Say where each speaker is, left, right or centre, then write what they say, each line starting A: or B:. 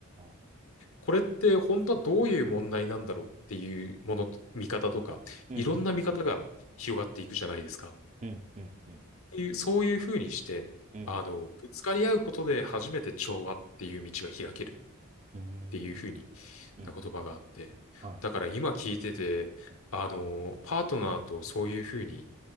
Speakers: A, on the right; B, on the left.
A: あ。
B: これって本当はどういう問題なんだろうっていうもの、見方とか、
A: うん。
B: いろんな見方が広がっていくじゃないですか。
A: うん。
B: っ
A: うん。うん。うん。
B: ていう、そういうふうにして、
A: うん。
B: あの、ぶつかり合うことで初めて調和っていう道が開けるっ
A: うん。
B: ていうふうに
A: うん。
B: な言葉があって、
A: はい。
B: だから今聞いてて、
A: うん。
B: あの、パートナーとそういうふうに